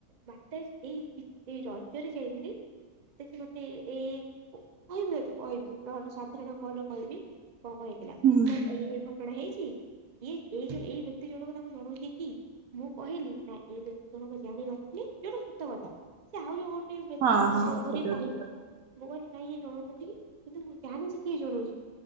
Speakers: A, on the right; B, on the right.
A: ମାତା ଏଇ ଏଇ ରଜରେ ଯାଇଥିଲି ମତେ ସେ ମତେ ଏଇ କହିବିତତେ କହିବି ନହେଲେ ସାଧାରଣ କଲ୍ ରେ କହିବି କଣ କଣ ହେଇଥିଲା
B: ହୁଁ
A: ତ ଏଇ ଏଇ ଘଟଣା ହେଇଛି ଇଏ ଏଇ ଯୋଉ ଏଇ ବ୍ୟକ୍ତି ଜଣକ ତାଙ୍କୁ ଜଣଉଛି କି? ମୁଁ କହିଲି ନା ଏ ବ୍ୟକ୍ତି ଜଣକ ଜାଣିନଥିଲେ ଯୋଉଟା ସତ କଥା ସେ ଆଉ ଯୋଉ ଗୋଟେ ବ୍ୟକ୍ତିକୁ
B: ହଁ
A: ସନ୍ଦେହ
B: ହଁ
A: କରି
B: ସେ ଯୋଉ
A: କହିଲେ
B: ଠିକ କଥା
A: ମୁଁ କହିଲି ନାଇଁ ଇଏ ଜନୋଉନାତି କିନ୍ତୁ ମୁଁ ଜାଣିଛି କିଏ ଜଣଉଛି।